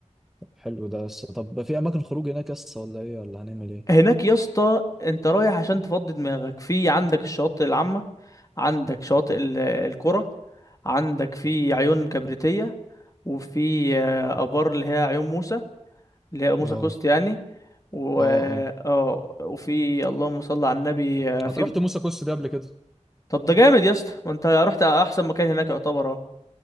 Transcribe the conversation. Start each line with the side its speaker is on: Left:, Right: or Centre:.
Centre: طب حلو ده بس طب في اماكن خروج هناك يا اسطى ولا ايه ولا هنعمل ايه
Left: هناك يا اسطى انت رايح عشان تفضي دماغك في عندك الشواطئ العامة عندك شواطئ ال- القرى عندك في عيون كبريتية وفي آه، آبار اللي هي عيون موسى اللي هي موسى
Centre: اه
Left: كوست يعني و...
Centre: اه اه
Left: اه وفي اللهم صل على النبي آه، في
Centre: انا رحت موسى كوست ده قبل كده
Left: طب ده جامد يا اسطى ما انت رحت احسن مكان هناك يعتبر اهو